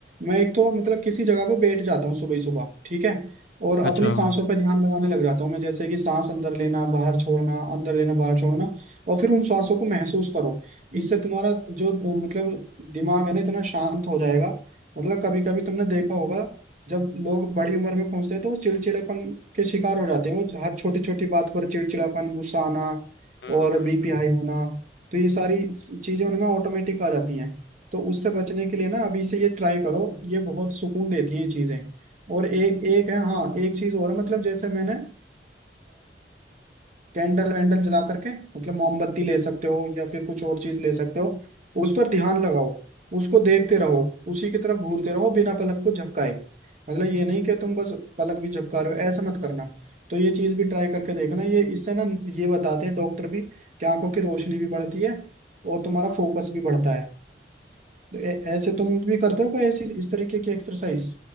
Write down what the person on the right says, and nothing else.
मैं एक तो मतलब किसी जगह पे बैठ जाता हूँ सुबह ही सुबह ठीक है और अपनी
सांसों
पे ध्यान लगाने लग जाता हूँ मैं जैसे कि सांस अंदर लेना बाहर छोड़ना अंदर लेना बाहर छोड़ना और फिर उन सांसों को महसूस करो इससे तुम्हारा जो अ, मतलब दिमाग है ना इतना शांत हो जाएगा मतलब कभी कभी तुमने देखा होगा जब लोग बड़ी उम्र में पहुंचते हैं तो वो चिड़चिड़ेपन के शिकार हो जाते हैं वो हर छोटी छोटी बात पर चिड़चिड़ापन गुस्सा आना
और
बीपी हाई होना तो ये सारी चीजें उनमें ऑटोमेटिक आ जाती हैं तो उससे बचने के लिए ना अभी से ये ट्राई करो ये बहुत सुकून देती हैं ये चीजें और एक एक है हाँ एक चीज और है मतलब जैसे मैंने कैंडल वैंडल जला करके मतलब मोमबत्ती ले सकते हो या फिर कुछ और चीज ले सकते हो उस पर ध्यान लगाओ उसको देखते रहो उसी की तरफ घूरते रहो बिना पलक को झपकाए मतलब ये नहीं कि तुम बस पलक भी झपका रहे हो ऐसा मत करना तो ये चीज भी ट्राई करके देखना ये इससे ना ये बताते हैं डॉक्टर भी कि आंखों की रोशनी भी बढ़ती है और तुम्हारा फोकस भी बढ़ता है तो ए- ऐसे तुम भी करते हो कोई ऐसी इस तरीके की एक्सरसाइज